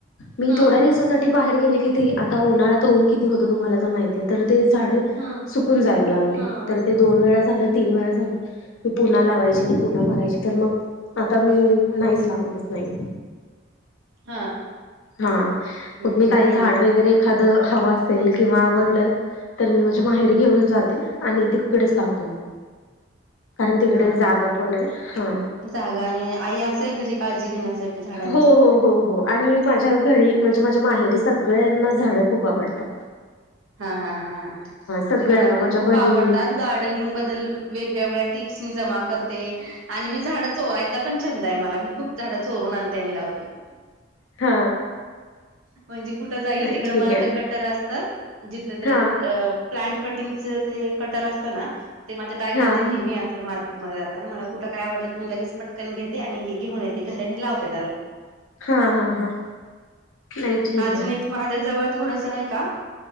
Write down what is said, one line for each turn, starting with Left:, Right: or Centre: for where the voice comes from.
Left: मी
Right: हम्म
Left: थोड्या दिवसासाठ ठी बाहेर गेली कि ती, आता उन्हाळा तर उन किती होतं तुम्हाला तर माहितीय, तर ते झाडे
Right: हम्म.
Left: सुकून जायला लागली,
Right: हम्म.
Left: तर ते दोन वेळा झालं तीन वेळा झालं, मी पुन्हा लावायची ते पुन्हा मरायची तर मग आता मी नाहीच लावलच नाही.
Right: हा
Left: हा,
Right: हं,
Left: मग मी काय
Right: नाही
Left: झाड
Right: नाही
Left: वगैरे एखादं हवं असेल किंवा आवडलं तर मी माझ्या माहेरी
Right: हा
Left: घेऊन जाते आणि ति कडेच लावते मग, कारण तिकडे जागा
Right: मग
Left: पण आहे हा.
Right: जागा आणि आई असेल घरी काळजी घेण्यासाठी झाडा
Left: हो हो हो हो. आणि माझ्या घरी म्हणजे माझ्या माहेरी सगळ्यांना झाडं खूप आवडतात.
Right: हा हा हा
Left: सगळ्यांना
Right: जे मला पण
Left: माझ्या
Right: खूप
Left: बहिणी
Right: आवडतात गार्डनिंग बद्दल वेगगेवळ्या टिप्स मी जमा करते आणि मी झाडं चोरायचा पण छंद हाय मला, मी खूप झाडं चोरून आणते आणि लावते.
Left: हा
Right: म्हणजे कुठं जाईल
Left: नाही
Right: तिकडं
Left: ठीक
Right: माझं
Left: आहे
Right: तर कट्टर असतं, जिथं ते
Left: हा
Right: अ प्लांट कटिंगच ते कटर असतं ना, ते माझ्या बॅगमध्ये
Left: हा
Right: नेहमी अस त मार्केटमध्ये जाताना मला कुठं काय आवडलं मी लगेच पटकन घेते आणि घेऊन येते घरी आणि लावते त्याला.
Left: हा हा हा नाही ठीक
Right: अजून
Left: आहे
Right: एक माझ्या जवळ थोडंस नाही का,